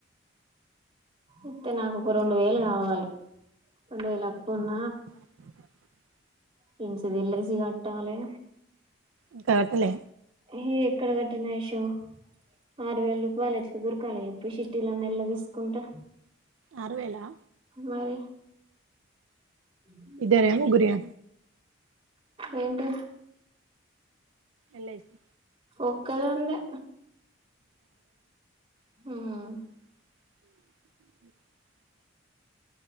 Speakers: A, on the right (about 30°); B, on the right (about 80°).
A: ఇత్తే నాకు ఒక రెండువేలు కావాలి. రెండు వేలు అప్పుఉన్న
B: అ
A: పెంచి <unintelligible> ఎల్ ఐ సి కట్టాలె.
B: ఇంకా కట్టలే
A: ఎ హే ఎక్కడ కట్టినా ఈషో ఆరు వేల రూపాయలు ఎట్లా దొరకాలి ఎప్పుడు షీట్టీలన్నీ ఎళ్లా తీసుకుంటే
B: ఆరువెలా
A: మరి అ
B: ఇద్దరీయా ఆ ముగ్గురియా
A: ఏంటి
B: ఎల్ఐసి
A: ఒక్కదాందే
B: అ
A: ఉమ్